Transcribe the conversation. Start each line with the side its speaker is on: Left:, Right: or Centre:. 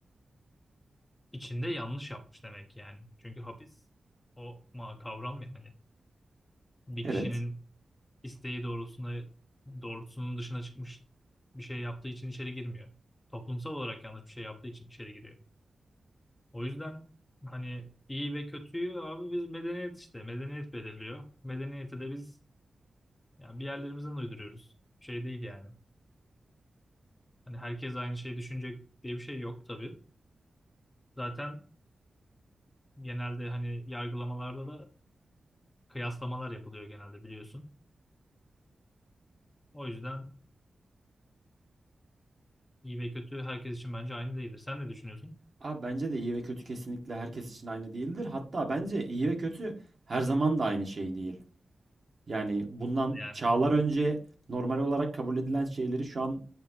Left: içinde yanlış yapmış demek yani. Çünkü hapis o ma kavram yani. Bir
Right: Evet.
Left: kişinin isteği doğrultusunda doğrultusunun dışına çıkmış bir şey yaptığı için içeri girmiyor. Toplumsal olarak yanlış bir şey yaptığı için içeri giriyor. O yüzden hani iyi ve kötüyü abi biz medeniyet işte medeniyet belirliyor. Medeniyeti de biz yani bir yerlerimizden uyduruyoruz. Şey değil yani. Hani herkes aynı şeyi düşünecek diye bir şey yok tabii. Zaten genelde hani yargılamalarda da kıyaslamalar yapılıyor genelde biliyorsun. O yüzden iyi ve kötü herkes için bence aynı değildir. Sen ne düşünüyorsun?
Right: Abi bence de iyi ve kötü kesinlikle herkes için aynı değildir. Hatta bence iyi ve kötü her zaman da aynı şey değil. Yani bundan
Left: Yani
Right: çağlar önce normal olarak kabul edilen şeyleri şu an